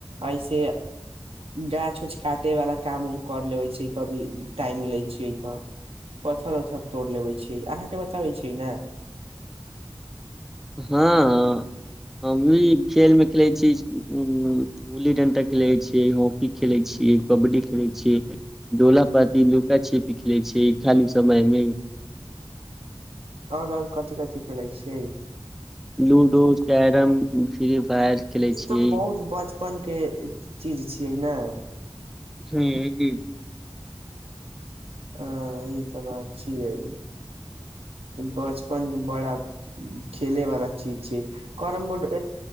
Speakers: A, on the right; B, in the centre.
A: ऐसे गाछ-उछ काटे वाला काम हम कर लेबै छै, कभी टाइम मिलै छै तऽ। पथर-ऊथर तोड़ लेबै छियै अहाँके बताबै छै ने।
B: हँ। हमी खेल में खेले छी। उ गुल्ली-डंटा खेलै छीयै, हॉकी खेलै छियै, कबड्डी खेलैत छियै डोला। पति लुका-छीपी खेलै छै। खाली समयमे
A: आओर आओर कथि कथि खेलैत छियै?
B: लूडो, कैरम, फ्री फायर खेले
A: ई
B: छियै
A: तऽ बहुत बचपन के चीज छै। कि ना?
B: हुँ।
A: ह ई तऽ बात छियै, बचपन के बड़ा खेले वाला चीज छै। कैरमबोर्ड